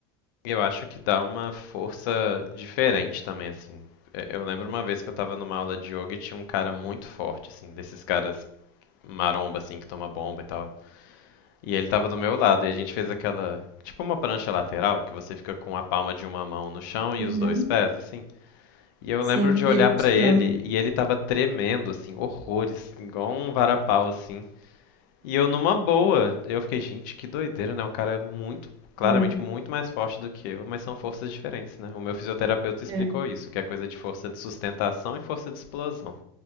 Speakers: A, on the left; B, on the right.
A: Eu acho que dá uma força diferente também, assim. É, Eu lembro uma vez que eu tava numa aula de yoga e tinha um cara muito forte, assim, desses caras maromba, assim, que toma bomba e tal. E ele tava do meu lado e a gente fez aquela, tipo uma prancha lateral, que você fica com a palma de uma mão no chão e
B: Uhum.
A: os dois pés, assim. E eu
B: Sim,
A: lembro de
B: e
A: olhar
B: ele custando.
A: pra ele e ele tava tremendo, assim, horrores, igual um varapau, assim. E eu numa boa, eu fiquei, gente, que doideira, né? O cara é muito, claramente
B: É,
A: muito mais forte do que eu, mas são forças diferentes, né? O meu fisioterapeuta explicou
B: é,
A: isso, que é coisa de força de sustentação e força de explosão.